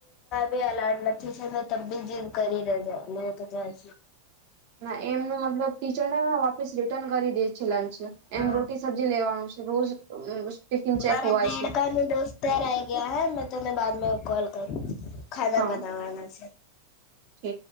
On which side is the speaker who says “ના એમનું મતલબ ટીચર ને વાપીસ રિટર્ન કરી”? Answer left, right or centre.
Right